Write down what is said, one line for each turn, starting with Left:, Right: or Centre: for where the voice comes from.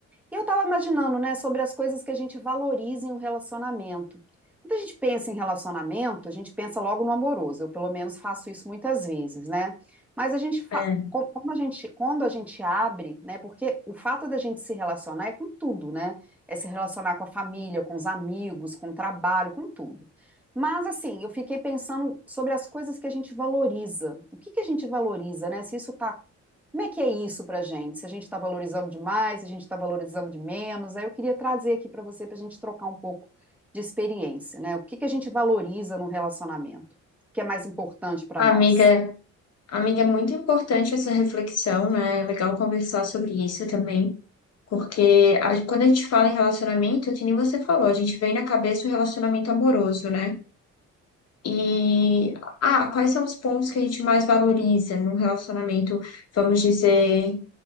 Centre: E eu estava imaginando, né, sobre as coisas que a gente valoriza em um relacionamento. Quando a gente pensa em relacionamento, a gente pensa logo no amoroso. Eu, pelo menos, faço isso muitas vezes, né? Mas a gente, fa-
Left: É,
Centre: co- como a gente, quando a gente abre, né? Porque o fato da gente se relacionar é com tudo, né? É se relacionar com a família, com os amigos, com o trabalho, com tudo. Mas, assim, eu fiquei pensando sobre as coisas que a gente valoriza. O que que a gente valoriza, né? Se isso está como é que é isso para a gente? Se a gente está valorizando demais, se a gente está valorizando de menos? Aí eu queria trazer aqui para você, para a gente trocar um pouco de experiência, né? O que que a gente valoriza no relacionamento? O que é mais importante para
Left: amiga,
Centre: nós?
Left: amiga, é muito importante essa reflexão, né? É legal conversar sobre isso também, porque a- quando a gente fala em relacionamento, é que nem você falou, a gente vem na cabeça o relacionamento amoroso, né? E, ah, quais são os pontos que a gente mais valoriza num relacionamento, vamos dizer,